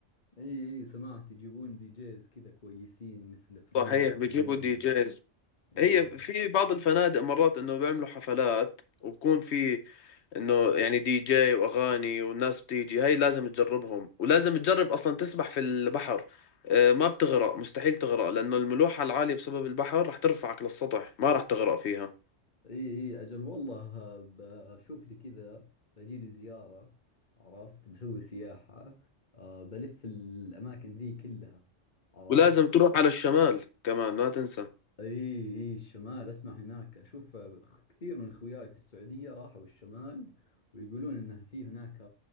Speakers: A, on the left; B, on the left.
A: اي اي سمعت يجيبون دي جيز كذا كويسين مثل فرانك
B: صحيح بيجيبوا
A: وذولي
B: دي جيز
A: اي
B: هي في بعض الفنادق مرات انه بيعملوا حفلات وبكون في انه يعني دي جي واغاني والناس بتيجي هاي لازم تجربهم ولازم تجرب اصلا تسبح في البحر آه، ما بتغرق مستحيل تغرق لانه الملوحة العالية بسبب البحر رح ترفعك للسطح ما رح تغرق فيها
A: اي اي اجل والله بشوف لي كذا بجي لي زيارة عرفت بسوي سياحة آه بلف الاماكن ذي كلها عرفت
B: ولازم تروح على الشمال كمان ما تنسى
A: اي اي الشمال اسمع هناك اشوف كثير من اخوياي في السعودية راحوا الشمال ويقولون انه في هناك